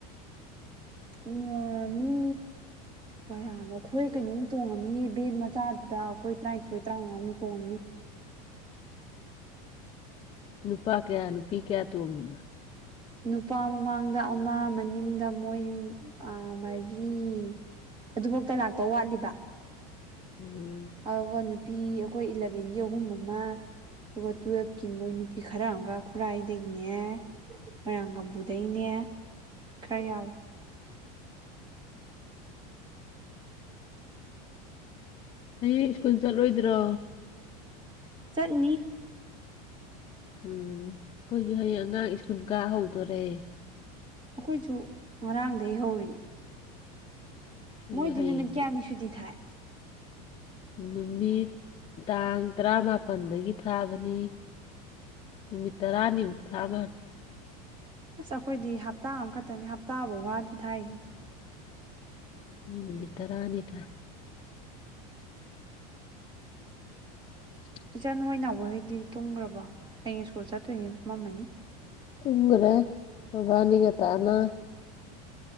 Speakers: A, on the right; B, on the left.
A: ꯎꯝꯋꯥ ꯃꯤ ꯀꯌꯥ ꯑꯗꯣ ꯑꯩꯈꯣꯏ ꯀꯩꯅꯣꯃꯨꯛ ꯇꯣꯡꯉꯝꯅꯤꯌꯦ ꯚꯦꯟ ꯃꯆꯥꯗꯨꯗ ꯑꯩꯈꯣꯏ ꯇ꯭ꯔꯥꯏꯟꯊꯣꯏ ꯇ꯭ꯔꯥꯉꯥꯃꯨꯛ ꯇꯣꯡꯉꯝꯅꯤ
B: ꯅꯨꯄꯥ ꯀꯌꯥ ꯅꯨꯄꯤ ꯀꯌꯥ ꯇꯣꯡꯉꯤꯕ
A: ꯅꯨꯄꯥ ꯃꯃꯥꯡꯗ ꯑꯃ ꯃꯅꯤꯡꯗ ꯃꯣꯏ ꯑ ꯃꯔꯤ ꯑꯗꯨꯕꯛꯇ ꯂꯥꯛꯇꯧ ꯋꯥꯠꯂꯤꯕ
B: ꯎꯝ
A: ꯑꯗꯨꯒ ꯅꯨꯄꯤ ꯑꯩꯈꯣꯏ ꯏꯂꯕꯦꯟꯒꯤ ꯑꯍꯨꯝ ꯑꯃ ꯑꯗꯨꯒ ꯇꯨꯋꯦꯜꯐꯀꯤ ꯃꯣꯏ ꯅꯨꯄꯤ ꯈꯔꯑꯝꯒ ꯈꯨꯔꯥꯏꯗꯒꯤꯅꯦ ꯃꯣꯏꯔꯥꯡ ꯀꯝꯄꯨꯗꯩꯅꯦ ꯈꯔ ꯌꯥꯎꯋꯦ
B: ꯍꯨꯖꯤꯛ ꯁ꯭ꯀꯨꯜ ꯆꯠꯂꯣꯏꯗ꯭ꯔꯣ
A: ꯆꯠꯅꯤ
B: ꯎꯝ ꯑꯩꯈꯣꯏꯖꯨ ꯍꯌꯦꯡ ꯑꯉꯥꯡ ꯁ꯭ꯀꯨꯜ ꯀꯥ ꯍꯧꯗꯣꯔꯦ
A: ꯑꯩꯈꯣꯏꯖꯨ ꯉꯔꯥꯡꯗꯩ ꯍꯧꯔꯤꯅꯦ
B: ꯑꯩꯈꯣꯏꯁꯨ
A: ꯃꯣꯏꯗꯤ
B: ꯍꯌꯦꯡꯗꯤ
A: ꯅꯨꯃꯤꯠ ꯀꯌꯥꯅꯤ ꯁꯨꯨꯇꯤ ꯊꯥꯏ
B: ꯅꯨꯃꯤꯠ ꯇꯥꯡ ꯇꯔꯥꯃꯥꯄꯟꯗꯒꯤ ꯊꯥꯕꯅꯤ ꯅꯨꯃꯤꯠ ꯇꯔꯥꯅꯤꯃꯨꯛ ꯊꯥꯃꯂꯦ
A: ꯑꯁ ꯑꯩꯈꯣꯏꯗꯤ ꯍꯞꯇꯥ ꯑꯝꯈꯠꯇꯅꯤ ꯍꯞꯇꯥꯕꯥꯎ ꯐꯥꯗꯦ ꯊꯥꯏꯖꯤ
B: ꯃꯤ ꯅꯨꯃꯤꯠꯇꯔꯥꯅꯤ ꯊꯥꯏ <inaudible>
A: ꯏꯆꯟ ꯍꯣꯏ ꯅꯥꯎꯕꯣꯏ ꯍꯣꯏꯗꯤ ꯇꯨꯝꯒ꯭ꯔꯕꯣ ꯍꯌꯦꯡ‌ ꯁ꯭ꯀꯨꯜ ꯆꯠꯇꯣꯏꯅꯤꯅ ꯇꯨꯝꯃꯝꯃꯅꯤ
B: ꯇꯨꯝꯒꯔꯦ ꯃꯣꯏꯕꯅꯤ ꯉꯟꯇꯥꯅ